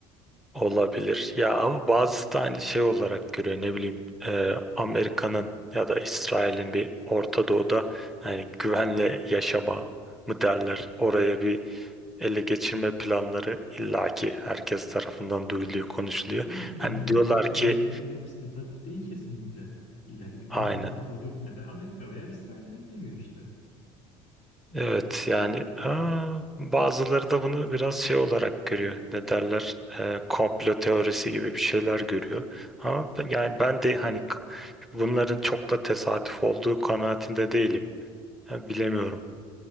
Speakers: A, in the centre; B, on the left (about 55°).
A: Olabilir. Ya ama bazısı da hani şey olarak görüyor ne bileyim e, Amerika'nın ya da İsrail'in bir Orta Doğu'da hani güvenle yaşama mı derler. Oraya bir ele geçirme planları illaki herkes tarafından duyuluyor, konuşuluyor.
B: Yani tabii
A: Hani
B: yani
A: diyorlar
B: bu Arapların
A: ki
B: birbirine girmesi tesadüf değil kesinlikle. İlla ki bir
A: aynen
B: dürtme var. O dürtme de Amerika veya İsrail'den geliyor işte.
A: Evet yani aa, bazıları da bunu biraz şey olarak görüyor. Ne derler? Ee, komplo teorisi gibi bir şeyler görüyor. Ama ben- yani ben de hani k- bunların çok da tesadüf olduğu kanaatinde değilim. Ha, bilemiyorum.